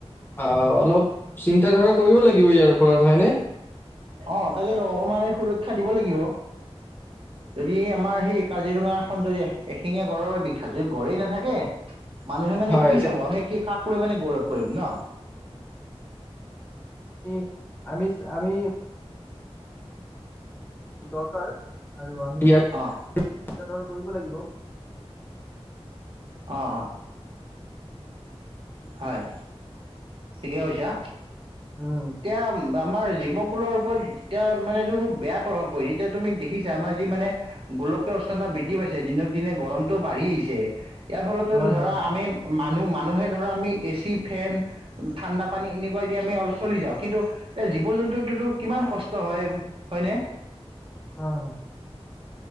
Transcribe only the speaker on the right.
অ তাকেটো অকণমান আমি সুৰক্ষা দিব লাগিব। যদি আমাৰ সেই কাজিৰঙা খন যদি এশিঙীয়া গড়ৰ পৰা বিখ্যাত যদি গড়েই নাথাকে মানুহে মানে
কি চাব, আমি কি কাক লৈ মানে। গৌৰৱ কৰিম ন!
অ
অঁ অঁ হয়, ঠিকে কৈছা।
এতিয়া বা আমাৰ জীৱকুলৰ ওপৰত এতিয়া মানে এইটো খুব বেয়া প্ৰভাৱ পৰিছে, এতিয়া তুমি দেখিছা আমাৰ যি মানে গোলকীয় উষ্ণতা বৃদ্ধি পাইছে দিনক দিনে গৰমটো বাঢ়ি আহিছে ইয়াৰ ফলতো
ধৰা
আমি মানুহ মা মানুহে ধৰা অমি এচি ফেন ঠাণ্ডা পানী এনেকুৱাই দি আমি চলি যাওঁ, কিন্তু জীৱ জন্তুটো ত কিমান কষ্ট হয় হয় নে?